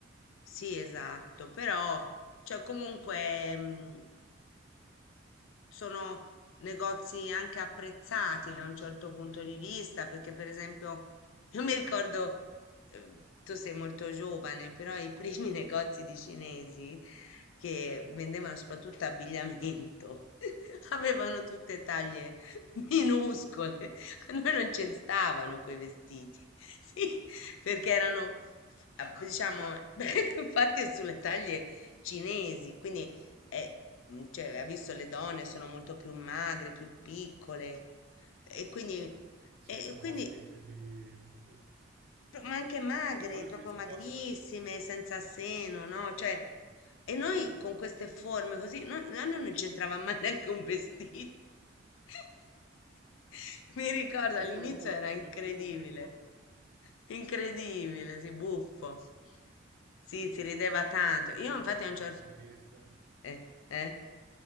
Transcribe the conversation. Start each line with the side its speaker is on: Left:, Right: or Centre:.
Left: sì, esatto, però, cioè, comunque. mm, sono negozi anche apprezzati da un certo punto di vista, perché per esempio, <laughs> io mi ricordo, eh, tu sei molto giovane, però i primi <laughs> negozi di cinesi che vendevano soprattutto abbigliamento <laughs> avevano tutte taglie minuscole, <laughs> a noi non ci stavano quei vestiti, <laughs> sì, perché erano, f- a- diciamo, <laughs> fatti sulle taglie cinesi, quindi eh, mm, cioè, ha visto le donne sono molto più magre, più piccole e quindi,
Right: I cinesi
Left: e
Right: sono
Left: quindi
Right: bassi di, di, di statura.
Left: pro- ma anche magre,
Right: Di padre
Left: proprio
Right: i cinesi sono
Left: magrissime,
Right: bassi, perciò se
Left: senza seno, no? Cioè, e noi con queste forme così, no, no, no, non c'entrava <laughs> mai neanche un vestito. <laughs> Mi ricordo
Right: costava
Left: all'inizio
Right: poco
Left: era
Right: prendevate
Left: incredibile,
Right: comunque.
Left: incredibile, sì, buffo. Sì, si rideva tanto.
Right: No, i
Left: Io
Right: miei mi
Left: infatti
Right: hanno raccontato
Left: a un certo...
Right: di Trieste.
Left: Eh, eh?